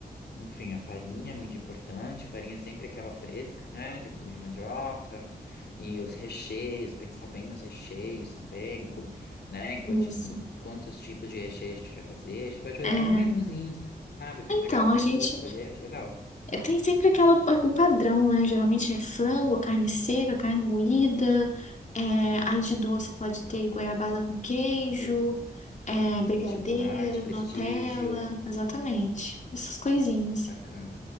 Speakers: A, on the left; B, on the left.
A: Enfim, a farinha é muito importante, a farinha é sempre aquela fresca, né, de, de mandioca, e os recheios, pensar bem nos recheios também, cu- né, em, quanti-
B: Isso.
A: em quantos tipos de recheio a gente vai fazer, a gente pode fazer
B: É.
A: até um menuzinho, sabe, para
B: Então,
A: entregar para
B: a
A: a pessoa
B: gente
A: escolher, acho legal.
B: é, tem sempre aquela, o padrão, né? Geralmente é frango, carne seca, carne moída. É, aí de doce pode ter goiabada com queijo,
A: Pres-
B: é,
A: Hum,
B: brigadeiro,
A: chocolate, prestígio,
B: Nutella. Exatamente. Essas coisinhas.
A: bacana,